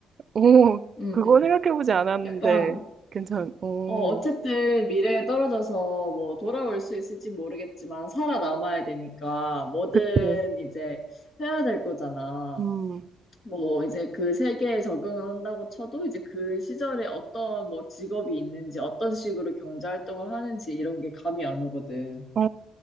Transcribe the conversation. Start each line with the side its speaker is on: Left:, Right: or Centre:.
Right: 오,
Left: 음,
Right: 그거 생각해보지 않았는데,
Left: 약간
Right: 괜찮, 오,
Left: 어, 어쨌든 미래에 떨어져서 뭐 돌아올 수 있을지 모르겠지만 살아남아야 되니까 뭐든
Right: 그치.
Left: 이제 해야 될 거잖아.
Right: 음,
Left: 뭐 이제 그 세계에 적응한다고 쳐도 이제 그 시절에 어떤 뭐 직업이 있는지 어떤 식으로 경제 활동을 하는지 이런 게 감이 안 오거든.
Right: 어,